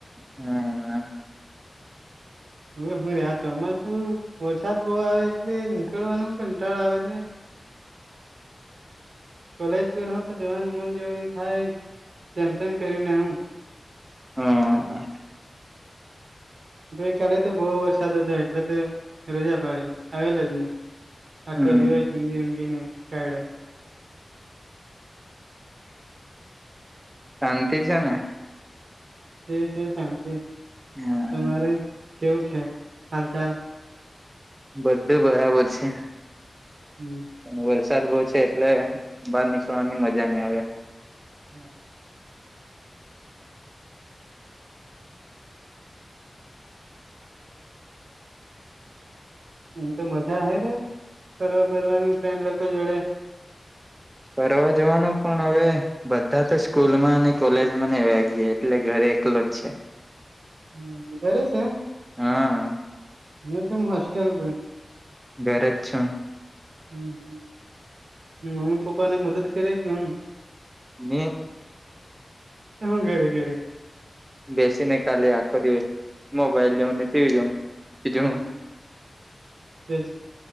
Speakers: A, on the right; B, on the right.
A: હમ્મ
B: હવે હું રે આ ચોમાસું વરસાદ બહુ આવે એટલે નીકળવાનું કંટાળ આવે ને કોલેજ પર રહો તો જવાનું મન જેવુ ની થાય જેમ તેમ કરીને આમ
A: હા
B: ગઈ કાલે તો બહુ વરસાદ હતો એટલે તો રજા પાડી આવેલો જ ની આખો
A: હમ
B: દિવસ ઊંઘી ઊંઘી ને કાયડો
A: શાંતિ છે ને
B: સે સે શાંતિ
A: હ
B: તમારે કેવું છે હાલ ચાલ
A: બધું બરાબર છે.
B: હમ્મ
A: પણ વરસાદ બહુ છે એટલે બહાર નીકળવાની મજા નઈ આવે.
B: <inaudible> એમ તો મજા હ રે ફરવા બરવાની ફ્રેન્ડ લોકો જોડે
A: ફરવા જવાનું પણ હવે બધા તો સ્કૂલ માં અને કોલેજમાં ને એવા ગયા એટલે ઘરે એકલો જ છે.
B: હમ્મ ધરે છે
A: હા
B: મે કેમ હોસ્ટેલ પર
A: ઘરે જ છું
B: હમ્મ મમ્મી પપ્પા ને મદદ કરે કે હું
A: ને
B: તો હું કરે ઘેરે
A: બેસીને કાલે આખો દિવસ, મોબાઈલ જો ને ટીવી જોવ બીજુ
B: હમ
A: હુ?
B: <inaudible>